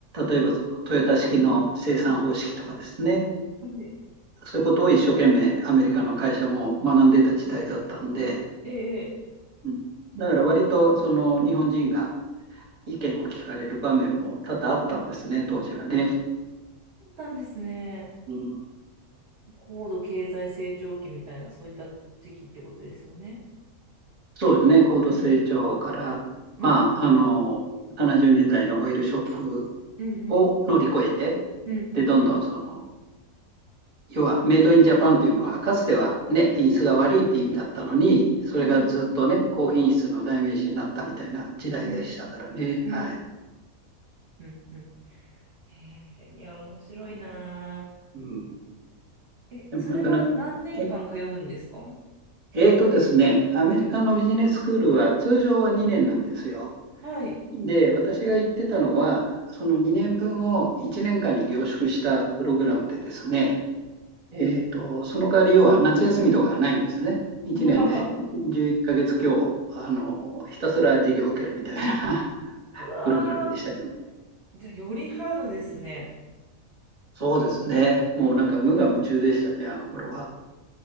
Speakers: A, on the right; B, on the right.
A: 例えばそのトヨタ式の生産方式とかですね、
B: はい
A: そういうことを一生懸命アメリカの会社も学んでた時代だったんで、
B: ええ、ええ
A: うん、だから割とその日本人が意見を聞かれる場面も多々あったんですね、当時はね。
B: そうったんですね。
A: うん、
B: 高度経済成長期みたいな、そういった時期ってことですよね。
A: そうですね、高度成長から、
B: うん。うん。
A: まあ、あの、70年代のオイルショック
B: うん。うん。
A: を乗り越えて、
B: うん。うん。
A: で、どんどんその、要はメイドインジャパンというものはかつてはね、
B: うん。
A: 品質が悪いって意味だったのに、それがずっとね、
B: うん。
A: 高品質の代名詞になったみたいな時代でしたからね。
B: うん。うん。
A: はい。
B: うん。うん。うん。うんへえ、いや、面白いなあ。
A: うん。
B: え、
A: でもなかなか、
B: それは何年間通うんですか
A: え、えーとですね、アメリカのビジネススクールは通常は2年なんですよ。
B: はい。
A: で、私が言ってたのは、その2年分を1年間に凝縮したプログラムでですね、えーと、その代わり要は夏休みとかがないんですね。
B: <laughs>
A: 1年で11ヶ月強、あの、ひたすら授業を受けるみたいな <laughs>
B: うわー。
A: プログラムでしたけども、ね
B: じゃあ、よりハードですね。
A: そうですね。もうなんか無我夢中でしたね、あの頃は。